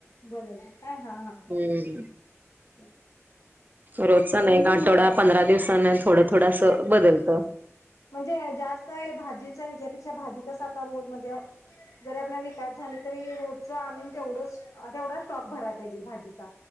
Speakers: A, on the left; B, on the right.
A: बदलते काय ह हा
B: हम्म
A: ह
B: रोजचा नाही आठवडा पंधरा दिवस थोडं थोडं असं बदलतं
A: म्हणजे जास्त भाजी रोजच्या ह्याच्यापेक्षा भाजीतच आता रोज म्हणजे जरी आपल्या <inaudible> झाले तरी रोजच आणून तेवढंच तेवढा स्टॉक भरायला पाहिजे भाजीचा